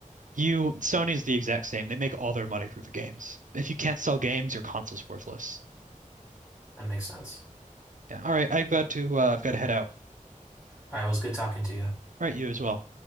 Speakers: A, on the right; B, on the left.
A: You Sony's the exact same. They make all their money through the games. If you can't sell games, your console's worthless.
B: That makes sense.
A: Yeah. All right, I've got to uh, I've got to head out.
B: All right, it was good talking to you.
A: All right, you as well.